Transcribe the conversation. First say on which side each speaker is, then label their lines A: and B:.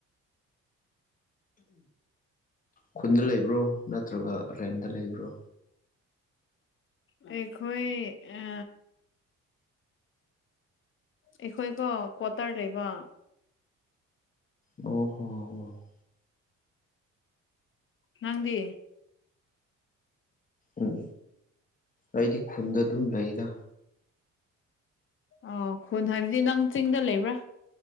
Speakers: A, on the left; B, on the left.
A: ꯈꯨꯟꯗ ꯂꯩꯕ꯭ꯔꯣ ꯅꯠꯇ꯭ꯔꯒ ꯔꯦꯟꯗ ꯂꯩꯕ꯭ꯔꯣ
B: ꯑꯩꯈꯣꯏꯣꯏ ꯑ ꯑꯩꯈꯣꯏꯀꯣ ꯀ꯭ꯋꯥꯇꯔ ꯂꯩꯕ
A: ꯑꯣ ꯍꯣ ꯑꯣ
B: ꯅꯪꯗꯤ
A: ꯎꯝ ꯑꯩꯗꯤ ꯈꯨꯟꯗ ꯑꯗꯨꯝ ꯂꯩꯗ
B: ꯑꯣ ꯈꯨꯟ ꯍꯥꯏꯕꯗꯤ ꯅꯪ ꯆꯤꯡꯗ ꯂꯩꯕ꯭ꯔꯥ